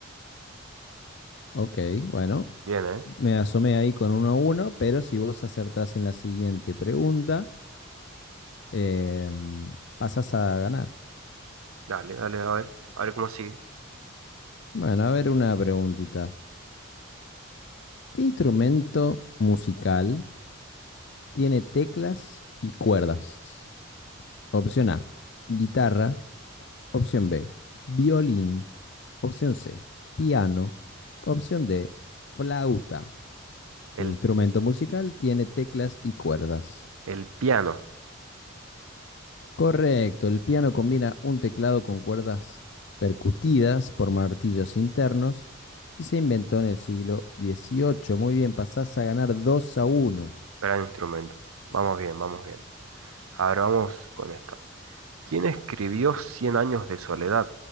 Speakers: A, on the left (about 55°); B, on the right (about 80°).
A: Ok, bueno,
B: Bien, ¿eh?
A: me asomé ahí con uno a uno, pero si vos acertás en la siguiente pregunta, em, pasás a ganar.
B: Dale, dale, a ver. A ver cómo sigue.
A: Bueno, a ver una preguntita. ¿Qué instrumento musical tiene teclas y cuerdas? Opción A, guitarra. Opción B, violín. Opción C, piano. Opción D, flauta. ¿Qué
B: El
A: instrumento musical tiene teclas y cuerdas?
B: El piano,
A: Correcto, el piano combina un teclado con cuerdas percutidas por martillos internos y se inventó en el siglo XVIII. Muy bien, pasás a ganar 2 a uno.
B: gran instrumento. Vamos bien, vamos bien. Ahora vamos con esto. ¿Quién escribió Cien años de soledad?